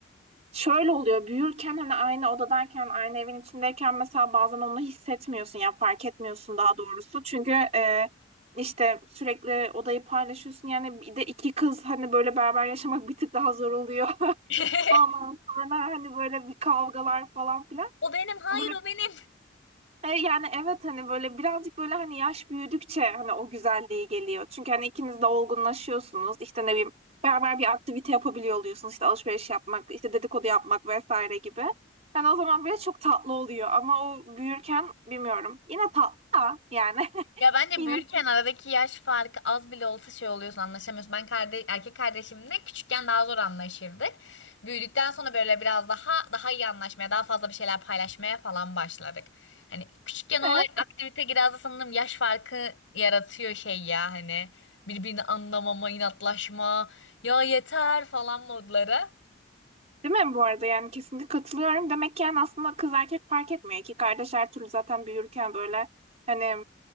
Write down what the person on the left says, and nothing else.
<laughs>
O benim, hayır
o benim.
Ya
bence
büyürken aradaki yaş farkı az bile olsa şey oluyorsun anlaşamıyorsun. Ben kardeş, erkek kardeşimle küçükken daha zor anlaşırdık. Büyüdükten sonra böyle biraz daha daha iyi anlaşmaya, daha fazla bir şeyler paylaşmaya falan başladık. Hani küçükken
o
aktivite biraz da sanırım yaş farkı yaratıyor şey ya hani birbirini anlamama, inatlaşma, ya yeter falan modları.